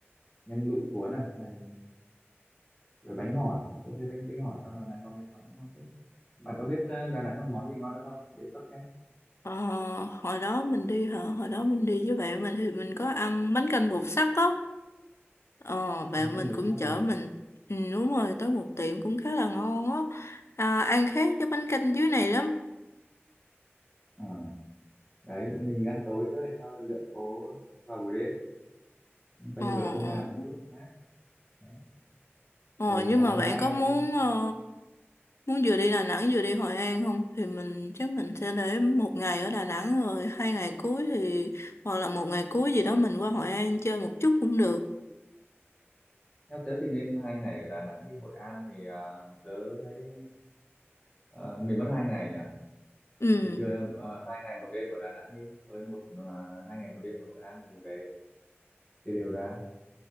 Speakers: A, on the left; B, on the left.
A: nem lụi cuốn này, này rồi bánh hỏi tôi thấy bánh bánh hỏi trong Đà Nẵng có mấy quán ngon thế bạn có biết ờ, Đà Nẵng còn món gì ngon nữa không để sắp xếp
B: Ờ, hồi đó mình đi hả? Hồi đó mình đi với bạn mình thì mình có ăn bánh canh bột sắt á. Ờ, bạn
A: canh
B: mình
A: bờ
B: cũng
A: sát
B: chở
A: này.
B: mình ừ, đúng rồi tới một tiệm cũng khá là ngon á à, ăn khác với bánh canh dưới này lắm
A: Ờ, đấy mình ăn tối trước hay sau lượn phố vào buổi đêm quanh
B: ờ,
A: bờ sông
B: ờ.
A: Hàn một chút cho mát đấy.
B: ờ
A: rồi
B: nhưng
A: sáng
B: mà bạn
A: mai
B: có muốn
A: ờ,
B: ờ, muốn vừa đi Đà Nẵng vừa đi Hội An không thì mình chắc mình sẽ để một ngày ở Đà Nẵng rồi hai ngày cuối thì hoặc là một ngày cuối gì đó mình qua Hội An chơi một chút cũng được
A: theo tớ thì nên hai ngày ở Đà Nẵng đi Hội An thì ờ, tớ thấy ờ, mình mất hai ngày nhỉ
B: ừ
A: mình chưa ờ, hai ngày một đêm ở Đà Nẵng đi với một ờ, hai ngày một đêm ở Hội An rồi mình về chia đều ra